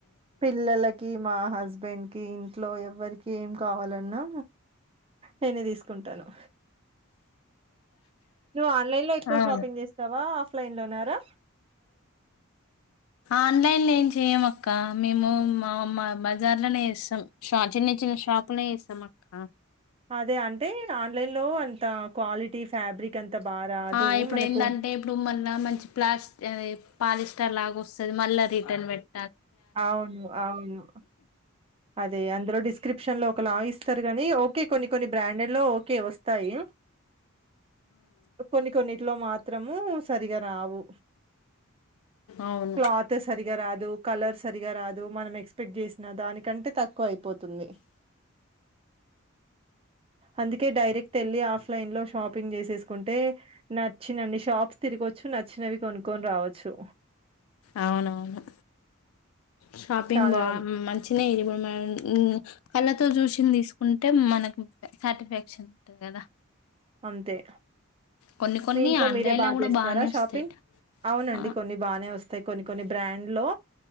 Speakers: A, on the right; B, on the left.
A: పిల్లలకి మా హస్బెండ్ కి ఇంట్లో ఎవ్వరికి ఏం కావాల న్నా నేనే తీసుకుంటాను నువ్వు ఆన్లైన్ లో ఎక్కువ
B: ఆ
A: షాపింగ్ చేస్తావా ఆఫ్లైన్ లోనారా
B: ఆన్లన్ ఏం చెయమ ఆ కా మేము మా మా బజార్లోనే ఇస్తాం షా చిన్న చిన్న షాపుని సమక్క
A: అదే అంటే ఆన్‌లైన్లో అంత క్వాలిటీ ఫ్యాబ్రిక్ అంత బాగా రాదు
B: ఆ ఇప్పుడు
A: మనకు
B: ఏంటంటే ఇప్పుడు మళ మంచి ప్లాస్ ఆద పాలిస్టర్ లాగా వ స్తది మల్లా రిటర్న్ బెట్
A: అవును అవును అదే అందులో డిస్ స్క్రిప్షన్లో ఒకలా ఇస్తారు గాని ఓకే కొన్ని కొన్ని బ్రాండెడ్ లో ఓకే వస్ తాయి కొన్ని కొన్నిట్లో మాత్రము సరిగా రావు
B: అవును
A: క్లాత్ సరిగా రాదు కలర్ సరిగా రాదు మనం ఎక్స్పెక్ట్ చేసినా దానికంటే తక్కువ అయిపోతుంది అందుకే డైరెక్ట్ ఎళ్ళి ఆఫ్ లైన్ లో షాపింగ్ చేసేసుకుంటే నచ్చినన్ని షాప్స్ తిరిగొచ్చు నచ్ చ్చినవి కొనుక్కొని రావచ్చు
B: అవునవును షాపింగ్
A: చాలా
B: బా మంచినే ఇపు మ మ్మ్ మ్మ్ కళ్ళతో చూసిన్ తీసుకుంటే మనకు సాటిస్ఫాక్షన్ ఉంటుంది కదా
A: అంతే
B: కొన్ని కొన్ని
A: మీ ఇంట్లో
B: ఆన్లైన్లో
A: మీరే బాగా
B: కూడా
A: చేస్తారా
B: బాగానే వస్తాయి
A: షాపింగ్ అవునండి
B: ఆ,
A: కొన్ని బానే వస్తాయి కొన్ని కొన్ని బ్రాండ్ లో